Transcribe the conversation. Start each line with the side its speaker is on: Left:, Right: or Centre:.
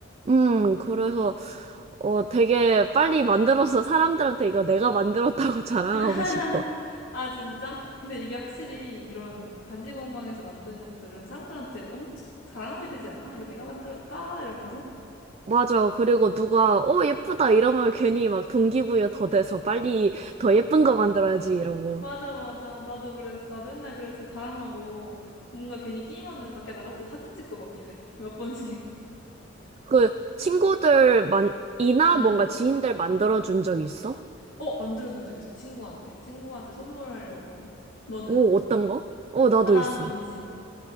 Right: 음, 그래서
Left: 음.
Right: 어 되게 빨리 만들어서 사람들한테 이거 내가 만들었다고 <laughs> 자랑하고
Left: <laughs>
Right: 싶어.
Left: 아 진짜? 근데 이게 확실히 이런 반지 공방에서 만든 것들은 사람들한테 엄청 자랑하게 되지 않아? 이거 내가 만들었다 이러면서?
Right: 맞아. 그리고 누가 어 예쁘다 이러면 괜히 막 동기부여 더 돼서 빨리 더 예쁜 거 만들어야지 이러고.
Left: 맞아, 맞아. 나도 그래서, 나도 맨날 그래서 자랑하고, 뭔가 괜히 끼면은 밖에 나갔을 때 사진 찍고 막 이래. <laughs> 몇 번씩.
Right: 그 친구들 만 이나
Left: 응.
Right: 뭔가 지인들 만들어 준 적 있어?
Left: 어, 만들어준 적 있어. 친구한테. 친구한테 선물하려고. 너는?
Right: 오, 어떤 거? 어, 나도
Left: 아, 난
Right: 있어.
Left: 반지.